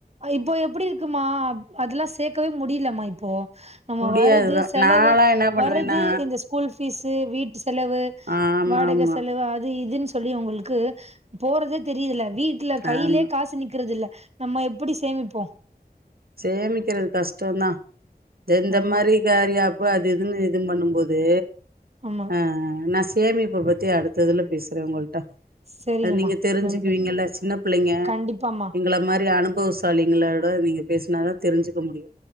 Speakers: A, on the right; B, on the right.
A: இப்போ எப்டி இருக்குமா அதெல்லா சேக்கவே முடியலமா இப்போ நம்ம
B: முடியாதுதா
A: வர்றது செலவு
B: நாலா என்ன பண்ணுவேன்னா
A: வர்றது இந்த ஸ்கூல் ஃபீஸு வீட்டு செலவு
B: ஆமா
A: வாடக
B: ஆமா
A: செலவு அது இதுனு சொ ல்லி உங்களுக்கு போறதே தெரியதில்ல வீட்டுல கையிலே
B: ஆமா
A: காசு நிக்கிறது இல்ல நம்ம எப்டி சேமிப்போ
B: சேமிக்கிறது கஷ்டதா ஜெந்த
A: ஆமா
B: மாரி கரியாப்பு அது இதுனு இதுன் பண்ணும்போது
A: ஆமா
B: ஆ நா சேமிப்ப பத்தி அடுத்த இதுல பேசுறே உங்கள்ட
A: சரிங்கம்மா
B: அது நீங்க தெரிஞ்சுக்குவீங்கல்ல
A: நன்றி
B: சின்ன புள்ளைங்க
A: கண்டிப்பாமா
B: எங்கள மாரி அனுபவ ச லிங்களோட நீங்க பேசுனா தா தெரிஞ்சுக்க முடியு